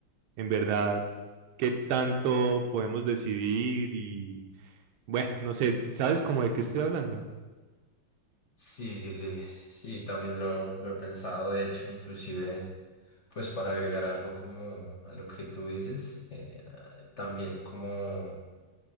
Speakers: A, on the right; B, on the left.
A: en verdad, ¿qué tanto podemos decidir? Y bueno, no sé, ¿sabes cómo de qué estoy hablando?
B: Sí, sí, sí. Sí, también lo, lo he pensado. De hecho, inclusive, pues para agregar algo como a lo que tú dices, eh, también como,